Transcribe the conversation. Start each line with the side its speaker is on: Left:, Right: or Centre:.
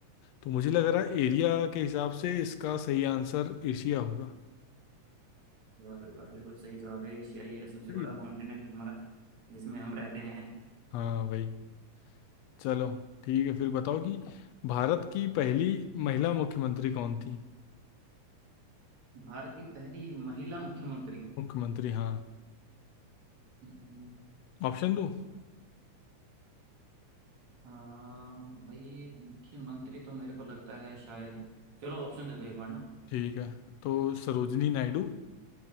Left: तो मुझे लग रहा है एरिया के हिसाब से इसका सही आंसर एशिया होगा
Right: वाह भाई वाह बिल्कुल सही जवाब है एशिया ही है सबसे
Left: सही
Right: बड़ा
Left: है।
Right: कॉन्टिनेंट हमारा जिसमें हम रहते हैं
Left: हाँ भाई चलो ठीक है फिर बताओ कि भारत की पहली महिला मुख्यमंत्री कौन थी
Right: भारत की पहली महिला मुख्यमंत्री
Left: मुख्यमंत्री हाँ
Right: हम्म,
Left: ऑप्शन दो
Right: अ, भाई मुख्यमंत्री तो मेरे को लगता है शायद चलो ऑप्शन दे दो एक बार ना
Left: ठीक है तो सरोजनी नायडू